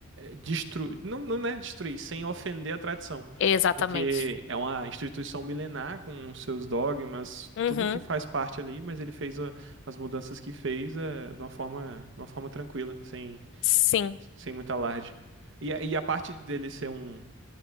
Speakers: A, on the right (about 60°); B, on the left (about 60°).
A: destruir, não, não é destruir, sem ofender a tradição,
B: Exatamente.
A: porque é uma instituição milenar com os seus dogmas,
B: Uhum.
A: tudo que faz parte ali, mas ele fez a- as mudanças que fez é, de uma forma, de uma forma tranquila, sem,
B: Sim.
A: sem muito alarde. E, a- e a parte dele ser um